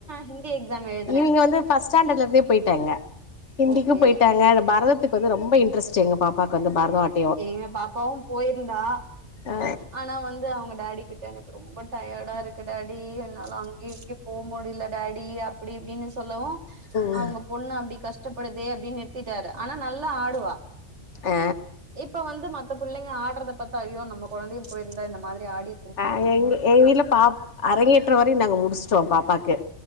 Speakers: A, on the right; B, on the left.
A: ஹிந்தி எக்ஸாம் எழுதுனே
B: இவுங்க வந்து ஃபர்ஸ்ட் ஸ்டாண்டர்ட்ல இருந்தே போயிட்டாங்க ஹிந்திக்கும்
A: ஓகே
B: போயிட்டாங்க பரத க்கு வந்து ரொம்ப இன்ட்ரஸ்ட்டு எங்க பாப்பாக்கு வந்து பரதம் ஆட்
A: எங்க பாப்பாவும் போயிருந்தா
B: ஆ
A: ஆனா வந்து அவுங்க டாடி கிட்ட எனக்கு ரொம்ப டயர்டா இருக்கு டாடி என்னால அங்க இங்க போக முடியல டாடி அப்படி இப்படின்னு சொ சொல்லவும்
B: ம்
A: அவுங்க பொண்ணு அப்படி கஷ்டப்படுதே அப்படின்னு நிறுத்திட்டாரு ஆனா நல்லா ஆடுவா
B: ஆ
A: இப்ப வந்து மத்த பிள்ளைங்க ஆட்றத பாத்தா ஐயோ நம்ம கொழந்தையும் போயிருந்தா இந்த மாரி ஆடி
B: அ எங்க எங்க வீட்ல பாப் அரங்கேற்றம் வரையும் நாங்க முடிச்சுட்டோம் பாப்பாக்கு